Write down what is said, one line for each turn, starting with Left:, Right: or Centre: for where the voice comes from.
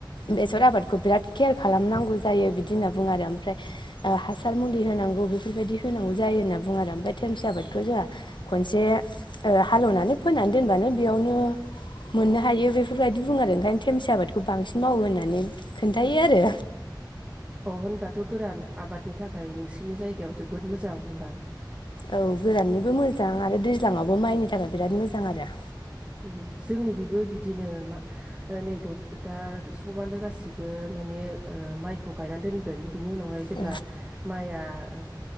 Left: बेसर आबादखौ बिराद केयार खालामनांगौ जायो बिदि होनना बुङो आरो ओमफ्राय ओ हासार मुलि होनांगौ बेफोरबायदि होनांगौ जायो होनना बुङो आरो ओमफ्राय थेमसि आबादखौ जोंहा खनसे ओ हालेवनानै फोनानै दोनबानो बेयावनो मोननो हायो बेफोरबायदि बुङो आरो ओंखायनो थेमसि आबादखौ बांसिन मावो होननानै खोन्थायो आरो
Right: अ होनबाथ' गोरान आबादनि थाखाय नोंसिनि जायगायाव जोबोद मोजां होनबा।
Left: औ गोराननिबो मोजां आरो दैज्लाङावबो माइनि थाखाय बिराद मोजां आरो
Right: उम जोंनिखैबो बिदिनो मा नै दद दा सबानो गासिबो माने ओ माइखौ गायनानै दोनगोन। बिनि उनावहाय जेब्ला
Left: औ
Right: माइया ओ